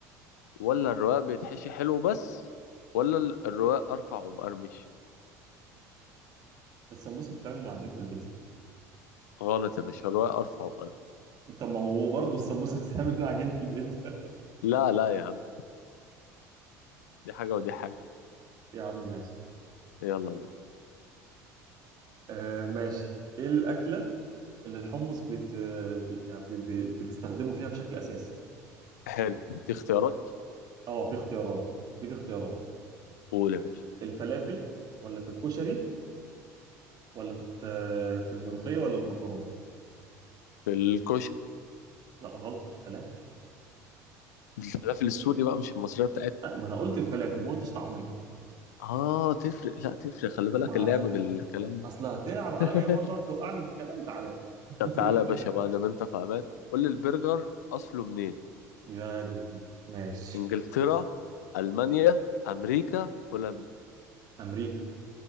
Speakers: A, on the left (about 80°); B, on the right (about 50°).
A: ولا الرقاق بيتحشي حلو بس ولا ال- الرقاق أرفع ومقرمش
B: السمبوسه بتتعمل من عجينه البيتزا
A: غلط يا باشا الرقاق أرفع ومقرمش
B: طب ما هو برضه السمبوسه <laughs> بتتعمل من عجينه البيتزا
A: لا لا يا عم دي حاجة ودي حاجة
B: <laughs> يا عم ماشي
A: يلا بينا
B: آه ماشي ايه الاكله اللي الحمص بت... بي- يعني بي... بي... بنستخدمه فيها بشكل اساسي
A: حلو دي اختيارات
B: اه في اختيارات اديك اختيارات
A: قول يا باشا
B: الفلافل ولا في الكشري ولا في الت... في الملوخيه ولا المكرونه
A: في الكشري
B: لا غلط الفلافل
A: دي الفلافل السوري بقى مش المصرية بتاعتنا
B: آه، ما انا قلت الفلافل ما قلتش طعميه
A: اه تفرق لا تفرق خلي
B: طب
A: بالك
B: ما
A: اللعب بالكلام ده
B: اصل هتلعب عليا
A: <laughs>
B: بقى وتقعد توقعني في الكلام تعالى <laughs>
A: طب تعالى يا باشا بقى انا انت في امان قول لي البرجر اصله منين
B: يا دي ماشي
A: انجلترا المانيا امريكا هولندا
B: امريكا